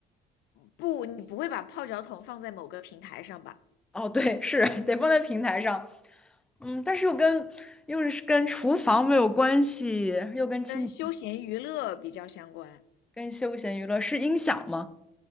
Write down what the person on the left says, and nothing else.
不，你不会把泡脚桶放在某个平台上吧？
跟休闲娱乐比较相关。